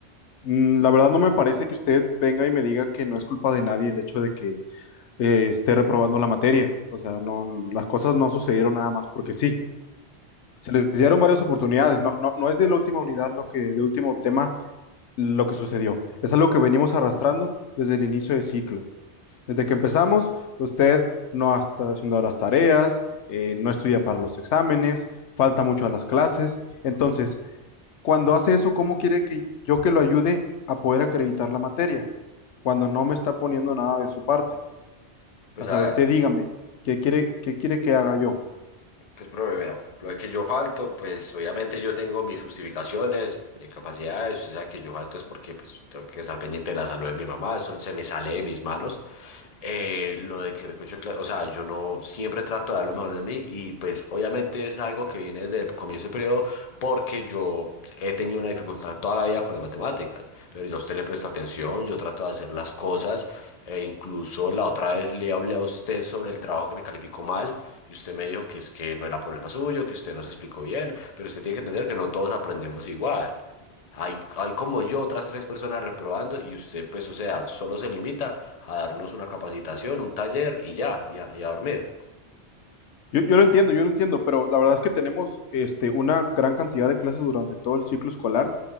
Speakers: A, on the left; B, on the left.
A: mm, la verdad no me parece que usted venga y me diga que no es culpa de nadie el hecho de que eh, esté reprobando la materia. O sea, no, las cosas no sucedieron nada más porque sí. Se les dieron varias oportunidades. No, no, no es de la última unidad lo que, del último tema lo que sucedió. Es algo que venimos arrastrando desde el inicio del ciclo. Desde que empezamos, usted no está haciendo las tareas, eh, no estudia para los exámenes, falta mucho a las clases. Entonces, cuando hace eso, ¿cómo quiere que yo que lo ayude a poder acreditar la materia? Cuando no me está poniendo nada de su parte.
B: Pues
A: O sea,
B: a
A: usted
B: ver,
A: dígame, ¿qué quiere, qué quiere que haga yo?
B: pues profe, verá, lo de que yo falto, pues obviamente yo tengo mis justificaciones, mis capacidades, usted sabe que yo falto es porque pues tengo que estar pendiente de la salud de mi mamá, eso se me sale de mis manos. Eh, lo de que recocho, cla- o sea, yo no siempre trato de dar lo mejor de mí y pues obviamente es algo que viene desde el comienzo del periodo porque yo he tenido una dificultad toda la vida con las matemáticas, pero yo a usted le presto atención, yo trato de hacer las cosas, e incluso la otra vez le hablé a usted sobre el trabajo que me calificó mal y usted me dijo que es que no era problema suyo, que usted no se explicó bien, pero usted tiene que entender que no todos aprendemos igual. Hay, hay como yo otras tres personas reprobando y usted pues o sea, solo se limita a darnos una capacitación, un taller y ya, y a, y a dormir.
A: Yo, yo lo entiendo, yo lo entiendo, pero la verdad es que tenemos este, una gran cantidad de clases durante todo el ciclo escolar